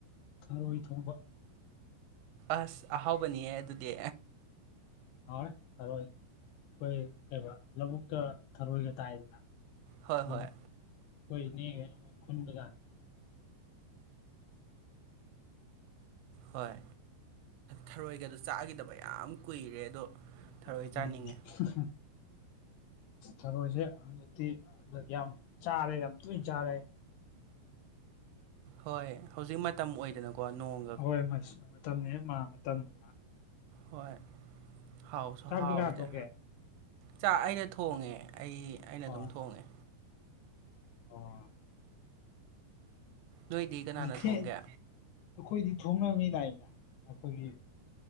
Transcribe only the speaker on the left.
ꯊꯔꯣꯏ ꯊꯣꯡꯕ
ꯍꯣꯏ ꯊꯔꯣꯏ ꯑꯩꯈꯣꯏ ꯀꯩꯩꯅ ꯂꯧꯕꯨꯛꯇ ꯊꯔꯣꯏꯒ ꯇꯥꯏꯗꯅ
ꯑ ꯑꯩꯈꯣꯏꯅꯦꯃꯣꯏ ꯈꯨꯟꯕꯗꯥ ꯑ
<unintelligible>
ꯊꯔꯣꯏꯁꯦ ꯍꯧꯖꯤꯛꯇꯤ ꯌꯥꯝ ꯆꯥꯔꯦ ꯌꯥꯝ ꯇꯣꯏꯅ ꯆꯥꯔꯦ
ꯍꯣꯏ ꯃꯇꯝꯅꯤ ꯃꯥ ꯃꯇꯝꯅꯤ
ꯆꯥꯛꯇꯤ
ꯀꯅꯥ ꯊꯣꯡꯒꯦ
ꯑꯣ
ꯑꯣ
ꯑꯗꯨ ꯊꯦꯡ
ꯑꯩꯈꯣꯏꯗꯤ ꯊꯣꯡꯅꯕ ꯃꯤꯅꯥꯏꯅꯦ ꯑꯩꯈꯣꯏꯒꯤ